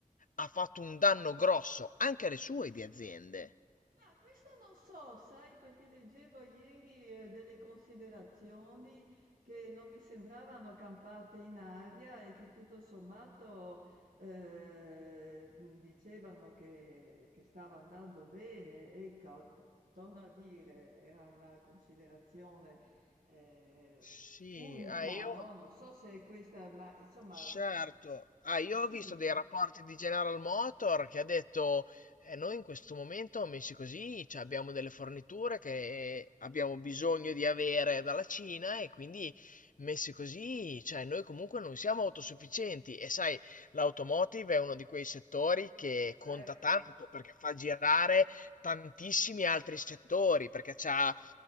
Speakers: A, on the left; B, on the right.
A: ha fatto un danno grosso anche alle sue di aziende.
B: Ma questo non so, sai, perché leggevo ieri eh, delle considerazioni che non mi sembravano campate in aria e che tutto sommato eh, dicevano che, che stava andando bene. Ecco, torno a dire, era una considerazione eh,
A: Sì,
B: unica,
A: ah, io
B: no? Non so se è questa, ma insomma,
A: Certo, ah, io
B: sì,
A: ho visto dei rapporti di General Motor che ha detto, eh, noi in questo momento, messi così, cioè, abbiamo delle forniture che abbiamo bisogno di avere dalla Cina e quindi messi così, cioè, noi comunque non siamo autosufficienti e sai, l'automotive è uno di quei settori che
B: certo.
A: conta tanto perché fa girare tantissimi altri settori, perché c'ha